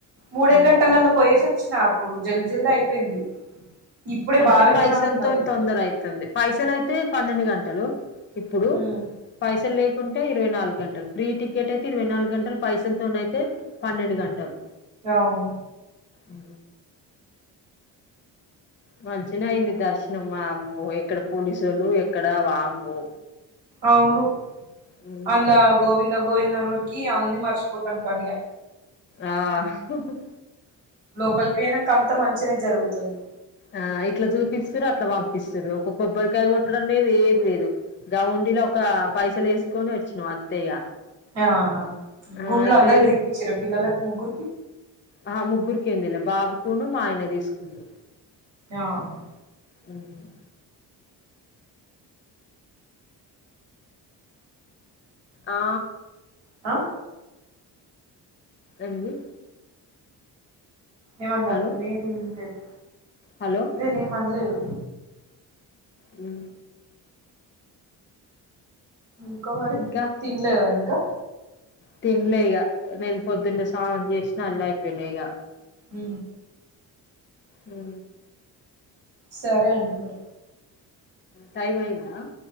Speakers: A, on the right; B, on the left.
A: మూడే
B: హ్మ్
A: గంటలలో పోయేసి వచ్చిన అప్పుడు జల్ది జల్ది అయిపోయింది. ఇప్పుడే
B: అంటే
A: బాగా
B: పైసలతోనీ
A: జనాలు ఉన్నారు
B: తొందర అయితుంది. పైసలు అయితే పన్నెండు గంటలు ఇప్పుడు.
A: ఉమ్
B: పైసలు లేకుంటే ఇరవై నాలుగు గంటలు. ఫ్రీ టికెట్ అయితే ఇరవై నాలుగు గంటలు. పైసలతోన అయితే పన్నెండు గంటలు.
A: అవును
B: ఉ మంచిన అయింది దర్శనం వామ్మో ఎక్కడ పోలీసోళ్ళు ఎక్కడ వామ్మో
A: అవును
B: మ్
A: అందులో గోవింద గోవింద అనుడికి అన్నీ మర్చిపోతారు ఇగ
B: ఆ హ్మ్ హూ
A: లోపలికి పోయినాక అంతా మంచిగనే జరుగుతాది.
B: ఆ ఇట్లా చూపిస్తారు అట్లా పంపిస్తారు. ఒక కొబ్బరికాయ కొట్టడం లేదు ఏం లేదు. గా ఉండీలో ఒక పైసలు వేసుకొని వచ్చినాం అంతే ఇగ
A: ఆహా,
B: ఆ
A: గుండ్లు
B: ఇక్కడ
A: అందరికి
B: ఎదురు
A: తీయిచ్చిరా పిల్లలకి ముగ్గురికి
B: ఆహా ముగ్గురికి ఏం తీయాలే. బాబుకును మా ఆయనే తీసుకుండు.
A: ఆహా
B: మ్ హూ ఆ
A: హ
B: ఏంది
A: ఏమన్నారో
B: హలో
A: నేను వినలేదు.
B: హలో
A: నేను ఏం అనలేదు.
B: మ్
A: ఇంకా మరి
B: ఇంకా
A: తినలేదా ఇంకా
B: తినలే ఇగ నేను పొద్దున్నే సానం చేసినా అన్నీ అయిపోయినాయి ఇగ.
A: మ్
B: మ్
A: సరే అండి మరి
B: టైం అయిందా?